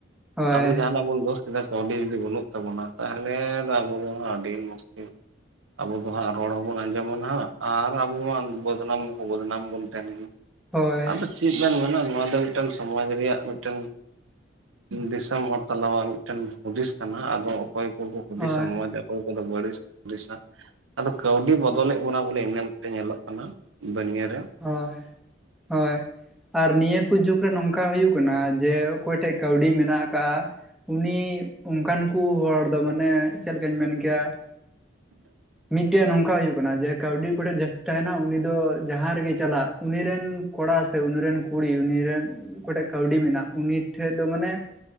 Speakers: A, in the centre; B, on the right (about 85°).
A: ᱦᱳᱭ
B: ᱟᱵᱚ ᱡᱟᱦᱟᱸᱱᱟᱜ ᱵᱚᱱ ᱫᱳᱥ ᱠᱮᱫᱟ, ᱠᱟᱹᱣᱰᱤ ᱡᱩᱫᱤ ᱵᱟᱹᱱᱩᱜ ᱛᱟᱵᱚᱱᱟ ᱛᱟᱦᱚᱞᱮ ᱫᱚ ᱟᱵᱚ ᱫᱚ ᱦᱟᱸᱜ ᱟᱹᱰᱤ ᱢᱩᱥᱠᱤᱞ᱾ ᱟᱵᱚ ᱫᱚ ᱦᱟᱸᱜ ᱨᱚᱲ ᱦᱚᱸ ᱵᱚᱱ ᱟᱸᱡᱚᱢᱟ ᱱᱟᱦᱟᱜ ᱟᱨ ᱟᱵᱚ ᱢᱟ ᱵᱚᱫᱽᱱᱟᱢ ᱦᱚᱸ ᱵᱚᱫᱽᱱᱟᱢ ᱵᱚᱱ ᱛᱟᱦᱮᱸᱱᱟ ᱜᱮᱭᱟ᱾
A: ᱦᱳᱭ᱾
B: ᱪᱮᱫ ᱵᱮᱱ ᱢᱮᱱᱟ, ᱱᱚᱣᱟ ᱫᱚ ᱢᱤᱫᱴᱮᱱ ᱥᱚᱢᱟᱡ ᱨᱮᱭᱟᱜ ᱢᱤᱫᱴᱮᱱ ᱫᱤᱥ ᱥᱚᱢ ᱦᱚᱲ ᱛᱟᱞᱟᱣᱟᱜ ᱢᱤᱫᱴᱮᱱ ᱦᱩᱫᱤᱥ ᱠᱟᱱᱟ, ᱟᱫᱚ ᱚᱠᱚᱭ ᱠᱚᱠᱚ ᱦᱩᱫᱤᱥᱟ
A: ᱦᱳᱭ
B: ᱢᱚᱡᱽ ᱚᱠᱚᱭ ᱠᱚᱫᱚ ᱵᱟᱹᱰᱤᱡ <inaudible> ᱦᱩᱫᱤᱥᱟ᱾ ᱟᱫᱚ ᱠᱟᱹᱣᱰᱤ ᱵᱚᱫᱚᱞᱮᱫ ᱵᱚᱱᱟ ᱵᱚᱞ ᱤᱱᱟᱹ ᱢᱤᱫᱴᱮᱱ ᱧᱮᱞᱚᱜ ᱠᱟᱱᱟ ᱫᱩᱱᱤᱭᱟᱹ ᱨᱮ᱾
A: ᱦᱳᱭ, ᱦᱳᱭ᱾ ᱟᱨ ᱱᱤᱭᱟᱹ ᱠᱚ ᱡᱩᱜᱽ ᱨᱮ ᱱᱚᱝᱠᱟ ᱦᱩᱭᱩᱜ ᱠᱟᱱᱟ ᱡᱮ ᱚᱠᱚᱭ ᱴᱷᱮᱡ ᱠᱟᱹᱣᱰᱤ ᱢᱮᱱᱟᱜ ᱟᱠᱟᱜ ᱩᱱᱤ ᱚᱱᱠᱟᱱ ᱠᱚ ᱦᱚᱲ ᱫᱚ ᱢᱟᱱᱮ ᱪᱮᱫ ᱞᱮᱠᱟᱧ ᱢᱮᱱ ᱠᱮᱭᱟ? ᱢᱤᱫᱴᱮᱡ ᱱᱚᱝᱠᱟ ᱦᱩᱭᱩᱜ ᱠᱟᱱᱟ ᱡᱮ ᱠᱟᱹᱣᱰᱤ ᱚᱠᱚᱭ ᱴᱷᱮᱡ ᱡᱟᱹᱥᱛᱤ ᱛᱟᱦᱮᱱᱟ ᱩᱱᱤ ᱫᱚ ᱡᱟᱦᱟᱸ ᱨᱮᱜᱮ ᱪᱟᱞᱟᱜ ᱩᱱᱤ ᱨᱮᱱ ᱠᱚᱲᱟ ᱥᱮ ᱩᱱᱤ ᱨᱮᱱ ᱠᱩᱲᱤ, ᱩᱱᱤ ᱨᱮᱱ ᱚᱠᱚᱭ ᱴᱷᱮᱡ ᱠᱟᱹᱣᱰᱤ ᱢᱮᱱᱟᱜ, ᱩᱱᱤ ᱴᱷᱮᱡ ᱫᱚ ᱢᱟᱱᱮ